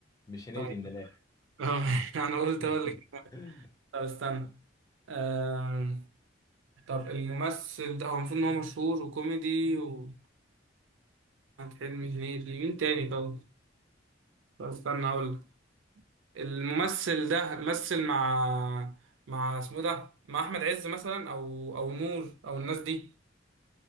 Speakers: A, on the left; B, on the right.
A: مش هنيدي
B: طيب
A: من الاخر
B: <laughs> انا قلت
A: <laughs>
B: اقول لك إيه. طب استنى آه... طب الممثل ده هو المفروض ان هو مشهور وكوميدي وأحمد حلمي هنيدي مين تاني طب طب استنى هقول لك. الممثل ده مثل مع مع اسمه ده مع احمد عز مثلا او او نور او الناس دي